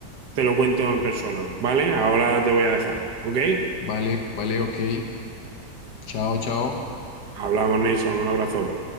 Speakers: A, on the right; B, on the left.
A: te lo cuento en persona, ¿vale? Ahora te voy a dejar, ¿ok?
B: Vale, vale, ok. Chao, chao.
A: Hablamos, Nason, un abrazo.